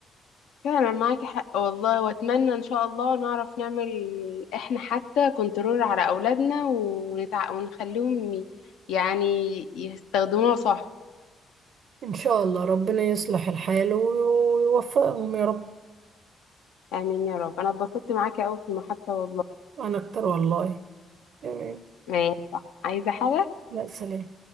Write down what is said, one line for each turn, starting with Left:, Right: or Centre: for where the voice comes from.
Left: فعلا معاكي حق والله واتمنى ان شاء الله نعرف نعمل احنا حتى كنترول على اولادنا ونتع... ونخليهم ي- يعني يستخدموها صح
Right: ان شاء الله ربنا يصلح الحال ويوفقهم يا رب
Left: امين يا رب انا اتبسطت معاكي قوي في المحادثة والله
Right: انا اكتر والله تمام
Left: ماشي عايزة حاجة
Right: لا سلام